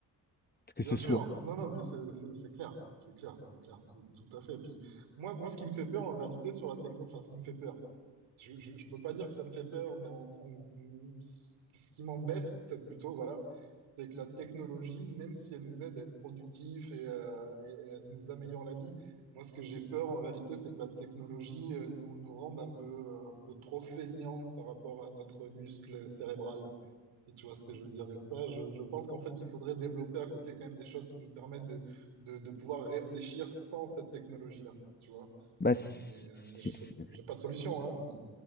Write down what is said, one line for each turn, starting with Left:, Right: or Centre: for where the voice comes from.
Left: Que
Right: bien
Left: ce
Right: sûr,
Left: soit.
Right: non, non, mais c'est, c'est, c'est clair, c'est clair, c'est clair, tout, tout à fait. Et puis, moi, moi, ce qui me fait peur en réalité sur la techno, enfin, ce qui me fait peur. Je, je, je peux pas dire que ça me fait peur, mais en- en- ce ce qui m'embête plutôt, voilà, c'est que la technologie, même si elle nous aide à être productifs et, euh, et- et elle nous améliore la vie, moi, ce que j'ai peur en réalité, c'est que la technologie euh, nous, nous rende un peu, euh, un peu trop feignants par rapport à notre muscle cérébral. Si tu vois ce que je veux dire. Et ça, je, je pense qu'en fait, il faudrait développer à côté quand même des choses qui nous permettent de, de, de pouvoir réfléchir sans cette technologie-là. Tu vois?
Left: Bah, c'est-
Right: Mais, euh,
Left: c'est-
Right: mais je sais,
Left: c'est-
Right: j'ai pas de solution, hein, mais...